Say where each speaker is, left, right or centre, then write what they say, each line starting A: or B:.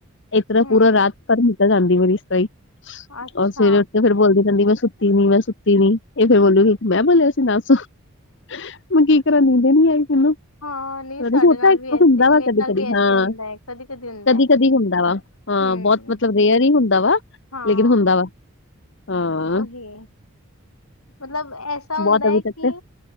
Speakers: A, on the left; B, on the left.
A: ਇਸ ਤਰਾ
B: ਹੂੰ
A: ਪੂਰਾ ਰਾਤ ਭਰ ਨਿਕਲ ਜਾਂਦੀ ਸਹੀ <inaudible> ਮੇਰੀ ਇਸ ਤਰ੍ਹਾਂ
B: ਅੱਛਾ
A: ਔਰ ਸਵੇਰੇ ਤੇ ਫਿਰ ਬੋਲਦੀ ਕਹਿੰਦੀ ਮੈਂ ਸੁੱਤੀ ਨੀ ਮੈਂ ਸੁੱਤੀ ਨੀ ਇਹ ਫੇਰ ਬੋਲੋਗੀ ਮੈਂ ਬੋਲਿਆ ਸੀ ਨਾ ਸੋ <inaudible> ਮੈਂ ਕੀ ਕਰਾਂ ਨੀਂਦ ਨੀ ਆਈ ਮੈਨੂੰ
B: ਹਾਂ ਨਹੀਂ
A: <unintelligible>
B: ਸਾਡੇ ਨਾਲ ਵੀ ਐਸੇ
A: ਹੁੰਦਾ
B: ਹੀ
A: ਵਾ
B: ਮੇਰੇ
A: ਕਦੀ
B: ਨਾਲ
A: -ਕਦੀ
B: ਵੀ ਐਸੇ
A: ਹਾਂ
B: ਹੁੰਦਾ ਹੈ ਕਦੀ ਹੁੰਦਾ
A: ਕਦੀ
B: ਹੈ
A: -ਕਦੀ ਹੁੰਦਾ ਵਾ ਹਾਂ
B: ਹੂੰ
A: ਬਹੁਤ ਮਤਲਬ ਰੇਅਰ ਹੀ ਹੁੰਦਾ ਵਾ
B: ਹਾਂ
A: ਲੇਕਿਨ ਹੁੰਦਾ ਵਾ ਹਾਂ।
B: ਉਹੀ ਮਤਲਬ ਐਸਾ ਹੁੰਦਾ
A: ਬਹੁਤ ਅਭੀ
B: ਹੈ ਕਿ
A: ਤੱਕ